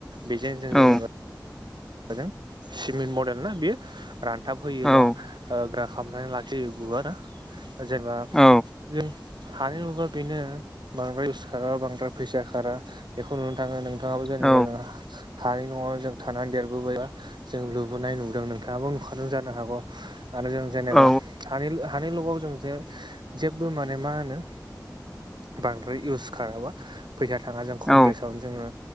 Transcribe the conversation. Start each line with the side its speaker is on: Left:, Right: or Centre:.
Right: बेजों जों
Centre: औ
Right: जेनेबा जों सिमेन्ट मडेल ना बेयो रानथाब होयोबा
Centre: औ
Right: ओ ग्रा खालामनानै लाखि जे बुवाना जेनेबा
Centre: औ
Right: जों हानि लुबा बेनो बांद्राय इउस खारा बांद्राय फैसा खारा बेखौ नोंथाङा नों नोंथाङाबो जेनेबा
Centre: औ
Right: जों हानि न'आव जों थानानै देर लुबोबायबा जों लुबोनाय नुदों नोंथाङाबो नुखादों जानो हागौ आरो जों जेनेबा
Centre: औ
Right: हानि-हानिलुगाव जों जे जेबबो माने मा होनो बांद्राय इउस खाराबा। फैसा थाङा जों खम
Centre: औ
Right: बेसावनो जोङो